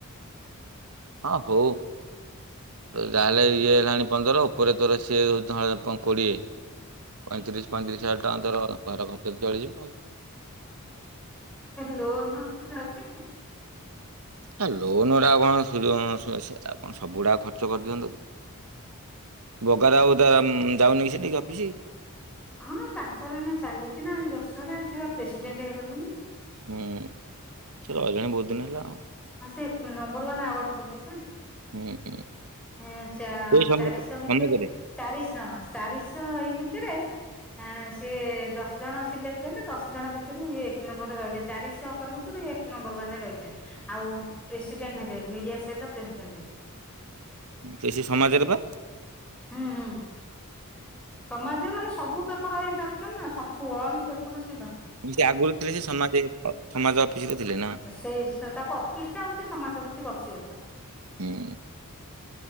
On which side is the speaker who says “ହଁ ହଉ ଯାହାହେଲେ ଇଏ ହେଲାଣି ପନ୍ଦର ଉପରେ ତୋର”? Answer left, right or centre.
Right